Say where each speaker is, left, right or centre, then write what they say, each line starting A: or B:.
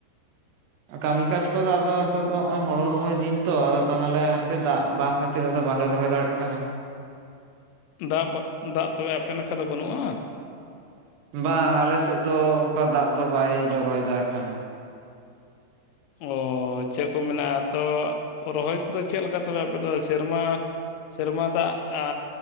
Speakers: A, on the right; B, on the left.
A: ᱠᱟᱹᱢᱤ ᱠᱟᱡ ᱠᱚᱫᱚ ᱟᱫᱚ ᱱᱤᱛᱚᱜ ᱫᱚ ᱱᱚᱜ-ᱚᱭ ᱦᱳᱲᱳ ᱨᱚᱦᱚᱭ ᱫᱤᱱ ᱛᱚ ᱟᱫᱚ ᱛᱟᱦᱚᱞᱮ ᱦᱟᱯᱮ ᱫᱟᱜ ᱵᱟᱝ ᱠᱷᱟ <unintelligible> ᱫᱚ ᱵᱟᱞᱮ ᱨᱚᱦᱚᱭ ᱫᱟᱲᱮᱭᱟᱜ ᱠᱟᱱᱟ
B: ᱫᱟᱜ ᱫᱟᱜ ᱛᱚᱵᱮ ᱟᱯᱮ ᱱᱟᱠᱷᱟ ᱫᱚ ᱵᱟᱹᱱᱩᱜᱼᱟ
A: ᱵᱟᱝ ᱟᱞᱮᱥᱮᱫ ᱫᱚ ᱚᱝᱠᱟ ᱫᱟᱜ ᱫᱚ ᱵᱟᱭ ᱡᱚᱨᱚ ᱭᱮᱫᱟ ᱦᱟᱸᱜ ᱟᱠᱷᱟᱱ,
B: ᱚ ᱪᱮᱫ ᱠᱚ ᱢᱮᱱᱟ ᱛᱚ ᱨᱚᱦᱚᱭ ᱠᱚᱫᱚ ᱪᱮᱫ ᱞᱮᱠᱟ ᱛᱚᱵᱮ ᱟᱯᱮ ᱫᱚ ᱥᱮᱨᱢᱟ ᱥᱮᱨᱢᱟ ᱫᱟᱜ ᱟ